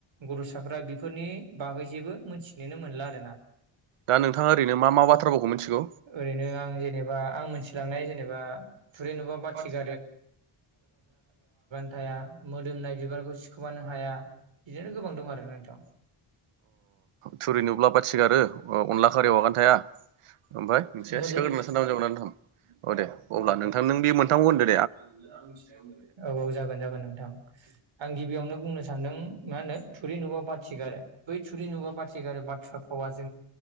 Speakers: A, on the right; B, on the right.
A: गथ'साफ्रा बेफोरनि बागै जेबो मोनथिनोनो मोनला आरो ना
B: दा नोंथाङा ओरैनो मा मा बाथ्रा भावखौ मिथिगौ?
A: ओरैनो आं जेनेबा आं मोनथिलांनाय जेनेबा थुरि नुबा बाथि
B: अ अ
A: ग थाया मोदोमनाय बिबारखौ सिखोमानो हाया बिदिनो गोबां दं आरो नोंथां
B: थुरि नुब्ला बाथिगारो अनला खारियाव आगानो थाया ओमफ्राय मोनसे
A: मोदो
B: <unintelligible> औ दे अब्ला नोंथां नों बे मोनथामखौ होनदों
A: औ औ जागोन जागोन नोंथां आं गिबियावनो बुंनो सानदों मा होनो थुरि नुबा बाथिगारो बै थुरि नुबा बाथिगारो बाथ्रा फावा